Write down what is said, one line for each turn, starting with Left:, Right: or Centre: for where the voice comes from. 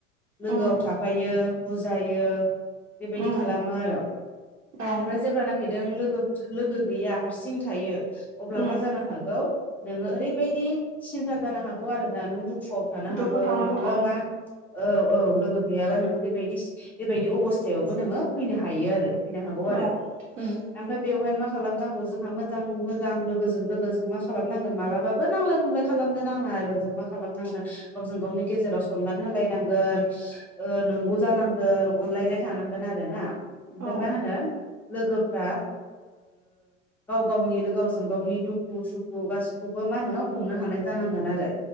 Centre: लोगोआव
Right: उम
Centre: थाफायो बुजायो बेबायदि
Right: उम
Centre: खालामो आरो
Right: औ
Centre: ओमफ्राय जेब्ल नाखि नों लोगो लोगो गैया हारसिं थायो अब्ला
Right: उम
Centre: मा जानो हागौ नोङो ओरैबायदि सिन्था जानो हागौ आरो ना नों दुखु वाव थानो
Right: दुखुआव
Centre: हागौ
Right: थांनांगौ
Centre: नोङो
Right: औ
Centre: मा औ औ लोगो गैयाबा नोङो बेबायदि बेबायदि अबस्थायावबो नोङो फैनो हायो आरो फैनो हागौ आरो
Right: औ उम
Centre: ओमफफ्राय बेवहाय मा खालामनांगौ जोंहा मोजां मोजां लोगोजों लोगोजों मा खालामनांगोन मालाबाबो नांलाय खमलाय खालामनो नाङा आरो जोंमा खालामनांगोन गावजों गावनि गेजेराव सनमान होलायनांगोन नंगौ जानांगोन अनलायनाय थानांगोन आरो ना ओमफ्राय
Right: औ
Centre: मा होनो लोगोफ्रा गाव गावनि गावजों गावनि दुखु सुखु गासिखौबो मा होनो हमनो हानाय जानांगोन आरो